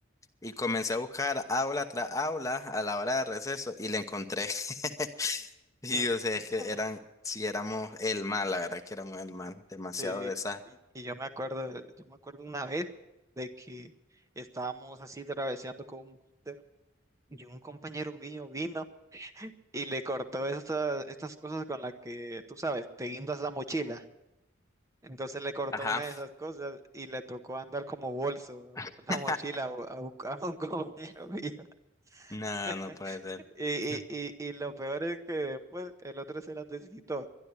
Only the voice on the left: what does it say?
Y comencé a buscar aula tras aula a la hora de receso y le encontré. <laughs> Y
o sea, es que eran, si éramos el mal, la verdad que éramos el mal, demasiado
desastre.
Ajá.
<laughs>
No,
no puede ser.
<laughs>